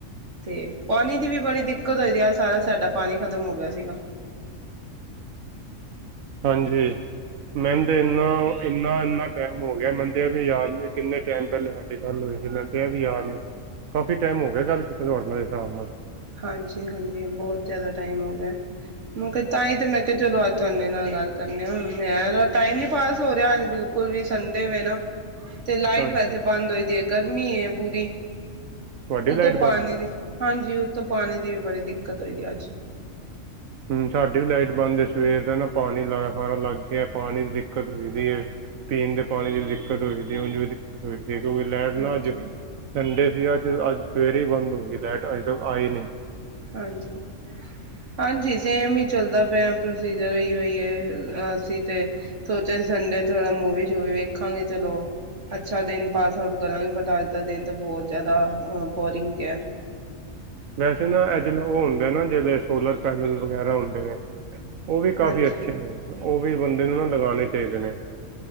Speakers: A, on the right (about 65°); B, on the right (about 85°).
A: ਤੇ ਪਾਣੀ ਦੀ ਵੀ ਬੜੀ ਦਿੱ ਕਦ ਆਏਦੀ ਅਜ ਸਾਰਾ ਸਾਡਾ ਪਾਣੀ ਖਤਮ ਹੋ ਗਿਆ ਸੀਗਾ
B: ਹਾਂਜੀ ਮੇਨ ਤੇ ਇੰਨਾ ਇੰਨਾ ਇੰਨਾ ਟਾਈਮ ਹੋ ਗਿਆ, ਮੇਨ ਤੇ ਏ ਵੀ ਯਾਦ ਨੀ ਕਿੰਨੇ ਟਾਈਮ ਪਹਿਲੇ ਸਾਡੀ ਗੱਲ ਹੋਏ ਸੀ ਮੇਨ ਤੇ ਏ ਵੀ ਯਾਦ ਨੀ ਕਾਫੀ ਟਾਈਮ ਹੋ ਗਿਆ ਗੱਲ ਕੀਤੇ ਤੁਹਾਡੇ ਨਾਲ ਇਸ ਹਿਸਾਬ ਨਾਲ
A: ਹਾਂਜੀ ਹਾਂਜੀ ਬਹੁਤ ਜਿਆਦਾ ਟਾਈਮ ਹੋ ਗਿਆ ਏ ਮੈਂ ਕਿਆ ਤਾਈਂ ਤੇ ਮੈਂ ਕਿਹਾ ਚਲੋ ਅੱਜ ਤੁਹਾਡੇ ਨਾਲ ਗੱਲ ਕਰਨੇ ਆ ਮੈਂ ਆ ਟਾਈਮ ਨੀ ਪਾਸ ਹੋ ਰਿਹਾ ਅਜ ਬਿਲਕੁਲ ਵੀ ਸੰਦੇ ਵੇ ਨਾ ਤੇ ਲਾਈਟ
B: ਹਾਂਜੀ
A: ਵੈਸੇ ਬੰਦ ਹੋਈ ਦੀ ਹੈ ਗਰ ਮੀ ਏ ਪੂਰੀ
B: ਤੁਹਾਡੀ ਵੀ
A: ਉੱਤੋ
B: ਲਾਈਟ
A: ਪਾਣੀ
B: ਬੰਦ ਏ
A: ਵੀ ਹਾਂਜੀ ਉੱਤੋਂ ਪਾਣੀ ਦੀ ਵੀ ਬੜੀ ਦਿੱਕਤ ਰਹੀ ਦੀ ਅੱਜ
B: ਹੂੰ ਸਾਡੀ ਵੀ ਲਾਈਟ ਬੰਦ ਏ ਸਵੇਰ ਦਾ ਨਾ। ਪਾਣੀ ਲ ਹਾੜਾ ਲੱਗ ਗਿਆ ਪਾਣੀ ਦੀ ਦਿੱਕਤ ਹੋਈਦੀ ਹੈ ਪੀਣ ਦੇ ਪਾਣੀ ਦੀ ਵੀ ਦਿੱਕਤ ਹੋਈਦੀ ਏ ਉਂਝ ਵੀ ਦਿੱਕਤ ਹੋਈਦੀ। ਜੇ ਕਿਓਕਿ ਲੈਟ
A: ਹਾਂਜੀ-ਹਾਂਜੀ।
B: ਨਾ ਅੱਜ ਸੰਡੇ ਤੇ ਅੱਜ ਅੱਜ ਸਵੇਰੇ ਈ ਬੰਦ ਹੋ ਗਈ ਲਾਈਟ ਅਜੇ ਤੱਕ ਆਈ ਨੀ
A: ਹਾਂਜੀ--ਹਾਂਜੀ। ਸੇਮ ਹੀ ਚੱਲਦਾ ਪਿਆ ਪ੍ਰੋਸੀਜਰ ਏਹੀ ਉਹੀ ਹੇ ਅਸੀਂ ਤੇ ਸੋਚਿਆ ਸੀ ਸੰਡੇ ਥੋੜਾ ਮੂਵੀ ਸ਼ੂਵੀ ਵੇਖਾਂਗੇ ਚਲੋ, ਅੱਛਾ ਦਿਨ ਪਾਸ ਆਊਟ ਕਰਾਂਗੇ ਬਟ ਅੱਜ ਦਾ ਦਿਨ ਤਾਂ ਬਹੁਤ ਜਿਆਦਾ ਬੋਰਿੰਗ ਗਿਆ
B: ਵੈਸੇ ਨਾ ਏਹ ਜੇਲਾ ਓ ਹੋੰਦਾ ਐਨਾ ਜਿਲਹੇ ਸੋਲਰ ਪੈਨਲ ਵਗੈਰਾ ਹੁੰਦੇ ਨੇ ਓਹ ਵੀ ਕਾਫੀ
A: ਹਾਂਜੀ।
B: ਅੱਛੇ ਨੇ। ਉਹ ਵੀ ਬੰਦੇ ਨੂੰ ਨਾ ਲਗਾਣੇ ਚਾਹੀਦੇ ਨੇ